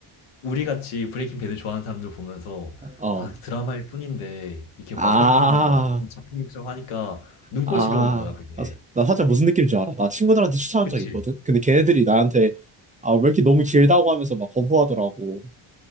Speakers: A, on the left; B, on the right.
A: 우리 같이 브레이킹 배드 좋아하는 사람들 보면서
B: 어.
A: 아 드라마일 뿐인데 이렇게
B: 아,
A: 완벽한 막 작품 육성 하니까 눈꼴
B: 아.
A: 싫어온 거야 그게.
B: 나 사- 나 살짝 무슨 느낌인지 알아. 나 친구들한테 추천한
A: 그치?
B: 적 있거든? 근데 걔네들이 나한테, 아, 왜 이렇게 너무 길다고 하면서 막 거부하더라고.